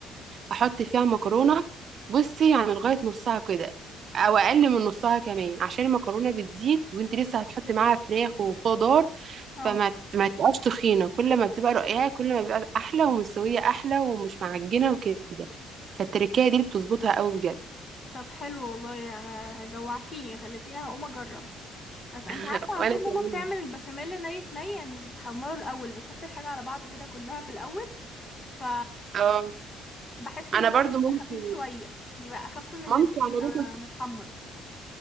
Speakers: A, on the right; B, on the left.
A: احط فيها مكرونه بصي يعني لغايه نصها كده او اقل من نصها كمان عشان المكرونه بتزيد وانت لسه هتحطي معاها فراخ وخضار
B: اه
A: فما ما تبقاش تخينه كل ما بتبقى رقيقه كل ما بيبقى احلى ومستويه احلى ومش معجنه وكده فالتركية دي اللي بتظبطها قوي بجد
B: طب حلو والله يا- جوعتيني خليتيني هقوم اجرب بس
A: <laughs>
B: انت عارفه
A: وانا
B: على طول ماما
A: كمان
B: بتعمل البشاميل ني في ني يعني مش بتحمره الاول بتحط الحاجه على بعض كده كلها في الاول ف
A: اه
B: بحس ان
A: انا
B: هو
A: برضو
B: بيبقى
A: مامتي
B: خفيف شوية بيبقى اخف من
A: مامتي
B: اللي بيبقى
A: عملتها
B: متحمر